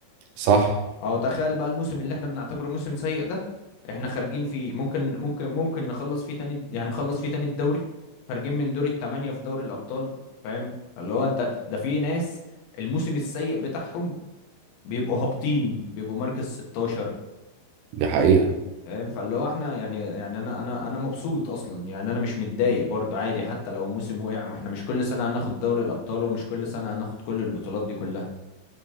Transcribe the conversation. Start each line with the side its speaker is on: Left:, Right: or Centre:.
Right: صح
Left: اهو تخيل بقى الموسم اللي احنا بنعتبره موسم سيء ده احنا خارجين فيه ممكن ممكن ممكن نخلص فيه تاني يعني نخلص فيه تاني الدوري خارجين من دور التمانية في دوري الأبطال فاهم اللي هو انت ده في ناس الموسم السيء بتاعهم بيبقوا هابطين بيبقوا مركز 16
Right: دي حقيقة
Left: فاهم فاللي هو احنا يعني يعني انا انا انا مبسوط اصلا يعني انا مش متضايق برضه عادي حتى لو موسم وقع ما احنا مش كل سنة هناخد دوري الأبطال ومش كل سنة هناخد كل البطولات دي كلها